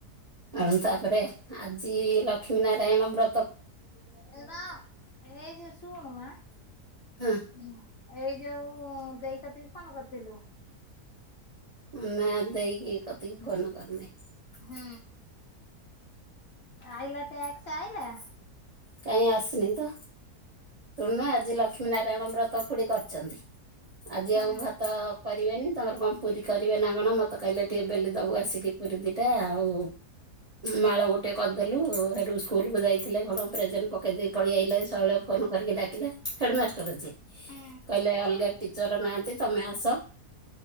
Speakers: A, on the right; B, on the left.
A: ଆଉ ତାପରେ ଆଜି ଲକ୍ଷ୍ମୀ ନାରାୟଣ ବ୍ର
B: <unintelligible> ଏଜେ ଶୁଣୁ ମା। ହୁଁ
A: ହଁ
B: ଏଇ ଯୋଉ ଦେଇ କତିକୁ ଫୋନ୍ କରିଥିଲୁ?
A: ହୁଁ ନା ଦେଇକି କତିକି ଫୋନ୍ କରିନି।
B: ହୁଁ ଆଇଲା ଟାସ୍କ ଆଇଲା?
A: କାଇଁ ଆସିନି ତ, ଶୁଣୁନା ଆଜି ଲକ୍ଷ୍ମୀ ନାରାୟଣ ବ୍ରତ ଖୁଡ଼ି କରିଛନ୍ତି। ଆଜି
B: ହୁଁ
A: ଆଉ ଭାତ କରିବେନି ତମର କଣ ପୁରୀ କରିବେ ନା କଣ ମତେ କହିଲେ ଟିକେ ବେଲି ଦବୁ ଆସିକି ପୁରୀ ଦିଟା ଆଉ ମାଳ ଗୋଟେ କରିଦେଲୁ ସେଠୁ ସ୍କୁଲ କୁ ଯାଇଥିଲେ କଣ ପ୍ରେଜେଣ୍ଟ ପକେଇଦ ପଳେଇ ଆଇଲେ ଶୈଳ ଫୋନ୍ କରିକି ଡାକିଲେ ହେଡ ମାଷ୍ଟର ଯିଏ
B: ହୁଁ
A: କହିଲେ ଅଲଗା ଟିଚର ନାହାନ୍ତି ତମେ ଆସ।